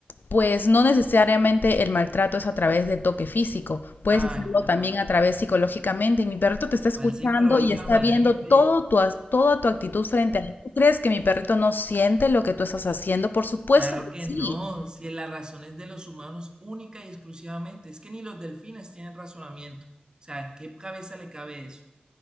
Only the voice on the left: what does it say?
Pues no necesariamente el maltrato es a través de toque físico, puedes
hacerlo
también
a través psicológicamente. Y mi perrito te está escuchando
y está viendo todo tu, as- toda tu actitud frente a él. ¿Tú crees que mi perrito no siente lo que tú estás haciendo? Por supuesto
que
sí.